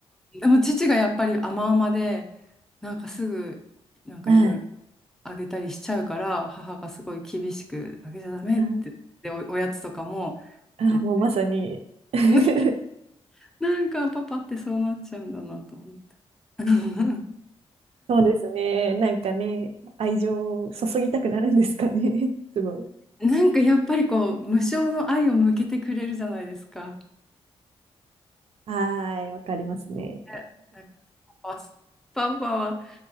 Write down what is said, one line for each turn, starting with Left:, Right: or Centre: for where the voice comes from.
Centre: でも父がやっぱり甘々で、なんかすぐ、なんかいろいろ
Right: はい。
Centre: あげたりしちゃうから、母がすごい厳しく、あげちゃダメって、
Right: あ、
Centre: で、お、おやつとかも、
Right: あもうまさに
Centre: 絶対、
Right: <laughs>
Centre: <laughs> なんかパパってそうなっちゃうんだなと思って。<laughs>
Right: そうですね。なんかね、愛情を注ぎたくなるんですかね。<laughs> すごい。
Centre: なんかやっぱりこう、無償の愛を向けてくれるじゃないですか。
Right: はーい、わかりますね。
Centre: えなんかパパパパは